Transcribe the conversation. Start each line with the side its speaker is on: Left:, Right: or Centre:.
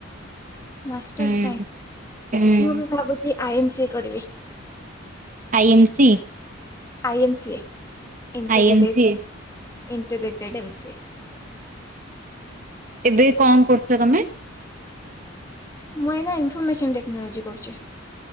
Left: ମାଷ୍ଟର୍
Right: ହୁଁ।
Left: ପାଇଁ
Right: ହୁଁ
Left: ମୁଁ ବି ଭାବୁଛି ଆଇ ଏମ୍ ସି କରିବି।
Right: I M C.
Left: I MC integrated
Right: I M C
Left: integrated MC ଏ।
Right: ଏବେ କଣ କରୁଛ ତମେ।
Left: ମୁଁ ଏଇନା ଇନଫର୍ମେସନ ଟେକ୍ନୋଲୋଜି କରୁଛି